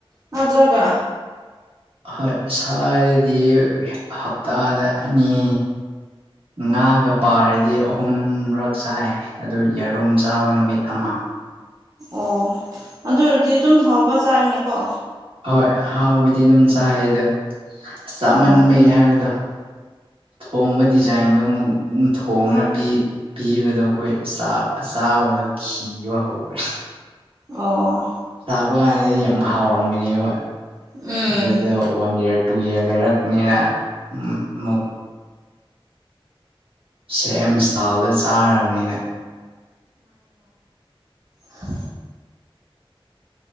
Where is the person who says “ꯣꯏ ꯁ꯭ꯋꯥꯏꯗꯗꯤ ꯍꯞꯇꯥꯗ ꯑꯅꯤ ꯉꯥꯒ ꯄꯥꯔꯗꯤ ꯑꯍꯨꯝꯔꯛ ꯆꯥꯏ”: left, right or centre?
Right